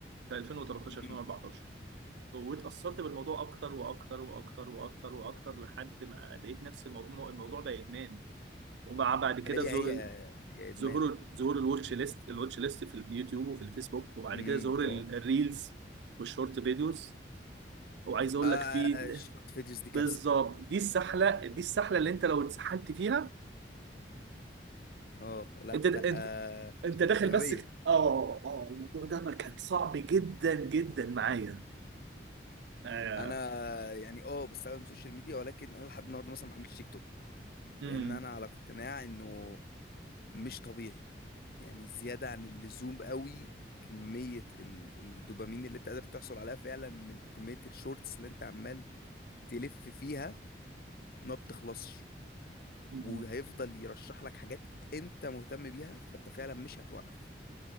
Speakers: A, on the right; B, on the left.
A: في 2013
B: امم
A: 2014 واتأثرت بالموضوع اكتر واكتر واكتر واكتر واكتر لحد ما لقيت نفس الموضوع الموضوع بقى ادمان ومع بعد كده
B: هي
A: زو...
B: هي هي ادمان
A: ظهور ظهور الواتش ليست الواتش ليست في اليوتيوب وفي الفيسبوك وبعد
B: امم
A: كده ظهور
B: طبعا
A: ال- الريلز والشورت فيديوز وعايز اقول
B: آه
A: لك في
B: شورت فيديوز دي كارثه
A: بالظبط دي السحله دي السحله اللي انت لو اتسحلت فيها
B: اه لا
A: انت انت
B: لا آه
A: انت داخل
B: غبيه
A: بس ك- اه اه الموضوع ده ما كان صعب جدا جدا معايا آه.
B: انا يعني اه بستخدم السوشيال ميديا ولكن انا لحد النهارده مثلا ما حملتش تيك توك
A: مم.
B: لان انا على اقتناع انه مش طبيعي يعني زيادة عن اللزوم قوي كمية ال- الدوبامين اللي انت قادر تحصل عليها فعلا من كمية الشورتس اللي انت عمال تلف فيها ما بتخلصش
A: مم.
B: وهيفضل يرشح لك حاجات انت مهتم بيها فانت فعلا مش هتوقف